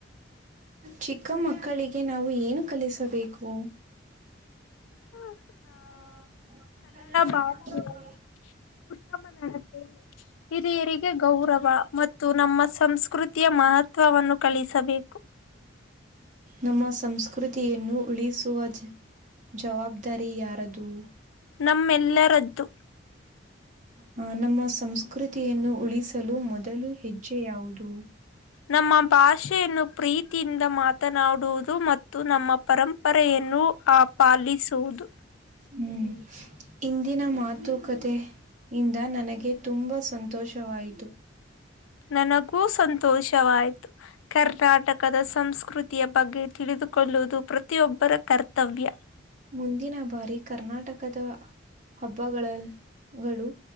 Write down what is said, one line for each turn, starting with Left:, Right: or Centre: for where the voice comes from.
Right: ಚಿಕ್ಕ ಮಕ್ಕಳಿಗೆ ನಾವು ಏನು ಕಲಿಸಬೇಕು
Left: ಹ್ಮ
Right: ಹ ಕನ್ನಡ
Left: ಭಾಷೆ
Right: ಕಡ
Left: ಉತ್ತಮ ನಡತೆ ಹಿರಿಯರಿಗೆ ಗೌರವ ಮತ್ತು ನಮ್ಮ ಸಂಸ್ಕೃತಿಯ ಮಹತ್ವವನ್ನು ಕಳಿಸಬೇಕು
Right: ನಮ್ಮ ಸಂಸ್ಕೃತಿ ಯನ್ನು ಉಳಿಸುವ ಜ ಜವಾಬ್ದಾರಿ ಯಾರದು
Left: ನಮ್ಮೆಲ್ಲರದ್ದು
Right: ಹ ನಮಸ್ ಸಂಸ್ಕೃತಿಯನ್ನು ಉಳಿಸಲು ಮೊದಲು ಹೆಜ್ಜೆ ಯಾವುದು
Left: ನಮ್ಮ ಭಾಷೆಯನ್ನು ಪ್ರೀತಿಯಿಂದ ಮಾತ್ರ ಮಾತನಾಡುವುದು ಮತ್ತು ನಮ್ಮ ಪರಂಪರೆಯನ್ನು ಆ ಪಾಲಿಸುವುದು
Right: ಹ್ಮ್. ಇಂದಿನ ಮಾತುಕತೆಯಿಂದ ನನಗೆ ತುಂಬ ಸಂತೋಷವಾಯಿತು
Left: ನನಗೂ ಸಂತೋಷವಾಯ್ತು ಕರ್ನಾಟಕದ ಸಂಸ್ಕೃತಿಯ ಬಗ್ಗೆ ತಿಳಿದುಕೊಳ್ಳುವುದು ಪ್ರತಿಯೊಬ್ಬರ ಕರ್ತವ್ಯ
Right: ಮುಂದಿನ ಬಾರಿ ಕರ್ನಾಟಕದ ಹಬ್ಬ ಗಳು